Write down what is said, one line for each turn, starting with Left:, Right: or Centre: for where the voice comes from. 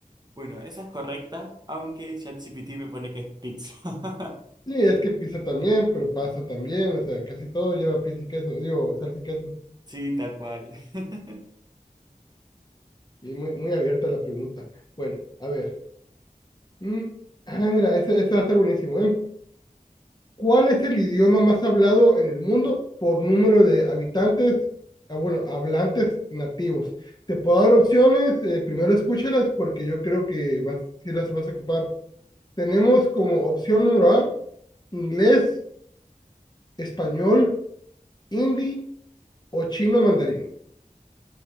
Right: Bueno, esa es correcta, aunque ChatGPT me pone que es pizza. <laughs>
Left: Sí, es que pizza también, pero pasta también, o sea, casi todo lleva pizza y queso, digo, salsa y queso.
Right: Sí, tal cual. <laughs>
Left: Y muy, muy abierta la pregunta. Bueno, a ver. Mm, Ah, mira, esta va a ser buenísimo, ¿eh? ¿Cuál es el idioma más hablado en el mundo por número de habitantes, ah, bueno, hablantes nativos? Te puedo dar opciones, eh, primero escúchalas porque yo creo que vas, sí las vas a ocupar. Tenemos como opción número A, inglés, español, hindi o chino mandarín.